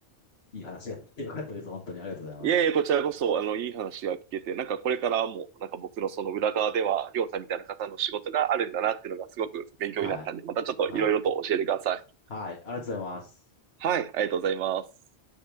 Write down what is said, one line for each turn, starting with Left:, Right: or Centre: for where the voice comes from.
Left: いい話ができてよかったです。本当にありがとうございます。
Right: いえいえ、こちらこそ、あの、いい話が聞けて、なんかこれからも、なんか僕のその裏側では、りょうさんみたいな方の仕事があるんだなっていうのがすごく勉強になったんで、
Left: はい。
Right: またちょっといろいろと教えてください。
Left: はい。はい、ありがとうございます。
Right: はい、ありがとうございます。